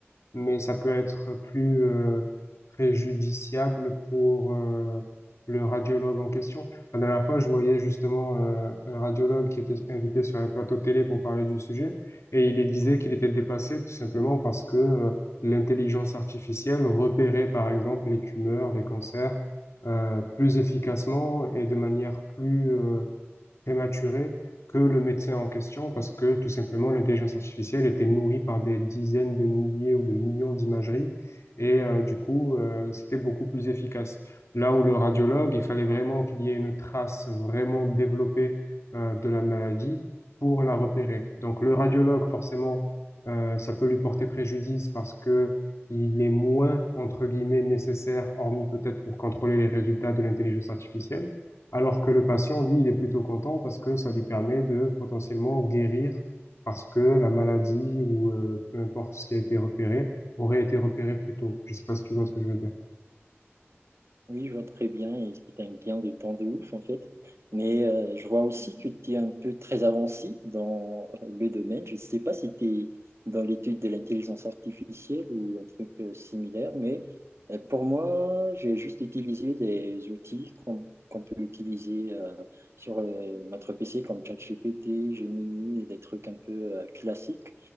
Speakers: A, on the left; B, on the right.
A: mais ça peut être plus euh, préjudiciable pour euh, le radiologue en question. La dernière fois, je voyais justement euh, un radiologue qui était invité sur un plateau télé pour parler du sujet, et il disait qu'il était dépassé tout simplement parce que euh, l'intelligence artificielle repérait par exemple les tumeurs, les cancers euh, plus efficacement et de manière plus euh, prématurée que le médecin en question parce que tout simplement l'intelligence artificielle était nourrie par des dizaines de milliers ou de millions d'imageries et euh, du coup euh, c'était beaucoup plus efficace. Là où le radiologue, il fallait vraiment qu'il y ait une trace vraiment développée euh, de la maladie pour la repérer. Donc le radiologue, forcément, euh, ça peut lui porter préjudice parce que il est moins, entre guillemets, nécessaire, hormis peut-être pour contrôler les résultats de l'intelligence artificielle. Alors que le patient, lui, il est plutôt content parce que ça lui permet de potentiellement guérir parce que la maladie ou euh, peu importe ce qui a été repéré aurait été repéré plus tôt. Je sais pas si tu vois ce que je veux dire.
B: Oui, je vois très bien, et c'est un gain de temps de ouf en fait. Mais euh, je vois aussi que tu es un peu très avancé dans euh, le domaine. Je ne sais pas si tu es dans l'étude de l'intelligence artificielle ou un truc euh, similaire, mais euh, pour moi, j'ai juste utilisé des outils qu'on qu'on peut utiliser euh, sur euh, notre PC comme ChatGPT, Gemini, et des trucs un peu euh, classiques.